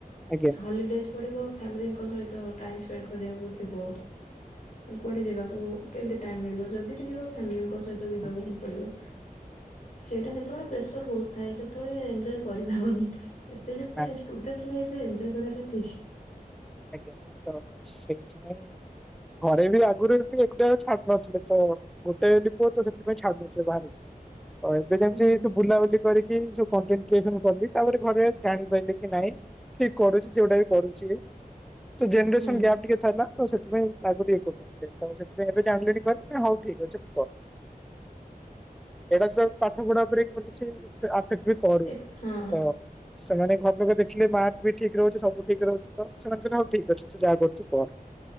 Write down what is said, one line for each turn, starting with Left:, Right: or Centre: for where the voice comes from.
Centre: ଆଜ୍ଞା।
Left: ହଲିଡେଜ ପଢିବ ଫ୍ୟାମିଲିଙ୍କ ସହିତ ଟାଇମ ସ୍ପଣ୍ଡ କରିବାକୁ ଥିବ କୁଆଡେ ଯିବାକୁ କେମତି ଟାଇମ ମିଳିବ ଯଦି ବି ଯିବ ଫାମିଲିଙ୍କ ସହିତ ଯିବାକୁ
Centre: ହଁ।
Left: ହିଁ ପଡିବ। ସେଇଟା ସେତେବେଳେ ପ୍ରେସର ବହୁତ ଥାଏ ସେତେବେଳେ ଏଞ୍ଜୟ୍ କରିପବନି ଏବେ ଯେତେ
Centre: ନାଇଁ
Left: ଷ୍ଟୁଡେଣ୍ଟ ଲାଇଫ ରେ ଏଞ୍ଜୟ୍ କରିବାଟା ଠିକ।
Centre: ଆଜ୍ଞା ତ ସେଇଥିପାଇଁ ଘରେ ବି ଆଗରୁ ଏମିତି ଏକୁଟିଆ ଛାଡୁ ନଥିଲେ ତ ଗୋଟାଏ ବୋଲି ପୁଅ ତ ସେଥିପାଇଁ ଛାଡୁଥିଲେ ବାହାରକୁ, ତ ଏବେ ଯେମିତି
Left: ହୁଁ
Centre: ସବ ବୁଲାବୁଲି କୁଆଡେକି ଜୋ କଣ୍ଟେନ କ୍ରିଏସନ କଲି ତାପରେ ଘରେ ଜାଣି ପାରିଲେ କି ନାଇଁ ଠିକ କରୁଛି ଯୋଉଟା ବି କରୁଛି ତ ଜେମିଣ୍ଡସନ
Left: ହଁ
Centre: ଗ୍ୟାପ୍ ଟିକେ ଥିଲା ତ ସେଥିପାଇଁ ଆଗରୁ ଇଏ କରୁନଥିଲେ ତ ସେଥିପାଇଁ ଏବେ ଜାଣିଲେଣି ଘରେ ହଉ ଠିକ ଅଛି ତୁ କର।
Left: <inaudible>
Centre: ଏଇଟା ତ ପାଠ ପଢା ଉପରେ ମୋର କିଛି ଆଫେକ୍ଟ ବି କରୁନି
Left: ଏ ହଁ
Centre: ତ ସେମାନେ ଘର ଲୋକ ଦେଖିଲେ ମାର୍କ ବି ଠିକ ରହୁଛି ସବୁ ଠିକ ରହୁଛି ତ ସେମାନେ କହିଲେ ହଉ ଠିକ ଅଛି ତୁ ଯାହା କରୁଛୁ କର।